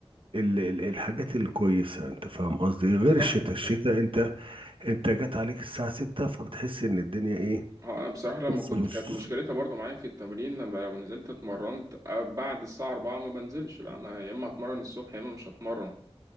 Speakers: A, on the right; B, on the right.
A: ال- ال- الحاجات الكويسة انت فاهم قصدي غير
B: صح
A: الشتاء الشتاء
B: هي
A: انت انت جات عليك الساعة ستة فبتحس ان الدنيا ايه
B: اه أنا بصراحة لما
A: نص
B: كنت
A: نص
B: كانت مشكلتها برضو معايا في التمرين لما لو نزلت اتمرنت آه، بعد الساعة أربعة ما بنزلش لا أنا يا إما هتمرن الصبح يا إما مش هتمرن